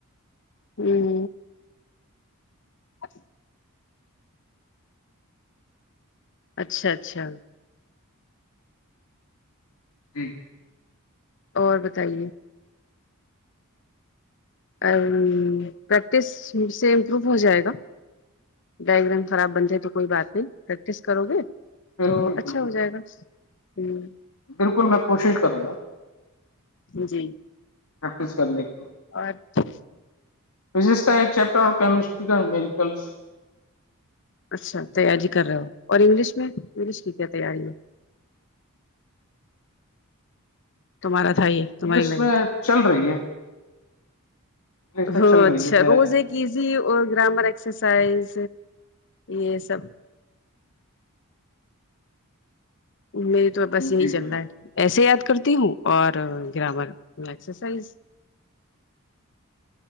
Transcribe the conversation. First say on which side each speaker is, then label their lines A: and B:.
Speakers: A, on the left; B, on the left.
A: ہوں <unintelligible> اچھ <unintelligible> اچھا اچھا
B: جی
A: اور بتائیے اور پریکٹس مجھ سے امپروو ہو جائے گا ڈائگرام خراب بنتے تو کوئی بات نہیں پریکٹس کرو گے
B: بالکل
A: تو اچھا
B: بالکل
A: ہو جائے گا ہ
B: بالکل میں کوشش کروں گا
A: جی
B: پریکٹس کرنے کی <unintelligible> <unintelligible>
A: اور <unintelligible> <unintelligible>
B: فزکس کا ایک چیپٹر اور کیمسٹری کا میریکلس
A: اچھا تیاری کر رہے ہو اور انگلش میں انگلش کی کیا تیاری ہے توارا تھاائی تاری
B: انگلش
A: لائن
B: میں چل رہی ہے انگلش میں
A: ہاں
B: چل رہی
A: اچھا
B: ہے تیاری
A: روز ایک کیزی اور گرامر ایکسرسائز یہ سب میری تو بس یہی
B: جی
A: چل
B: جی
A: رہا ہے ایسے یاد کرتی ہوں اور گرامرسرسائز